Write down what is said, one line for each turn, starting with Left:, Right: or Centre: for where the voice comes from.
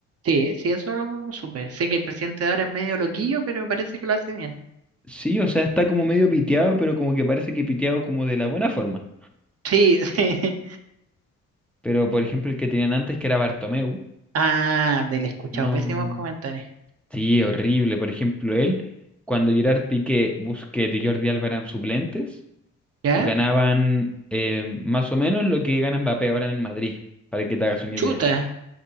Right: Sí, sí, eso lo supe. Sé que el presidente de ahora es medio loquillo, pero parece que lo hace bien.
Centre: Sí, o sea, está como medio piteado, pero como que parece que piteado como de la buena forma.
Right: Sí, <laughs> sí.
Centre: Pero, por ejemplo, el que tenían antes, que era Bartomeu,
Right: Ah, del escuchado,
Centre: no.
Right: pésimos comentarios.
Centre: Sí, horrible. Por ejemplo, él, cuando Gerard Piqué, Busquets y Jordi Alba eran suplentes,
Right: ¿Ya?
Centre: ganaban eh, más o menos lo que gana Mbappé ahora en el Madrid, para que te hagas una
Right: Chuta.
Centre: idea.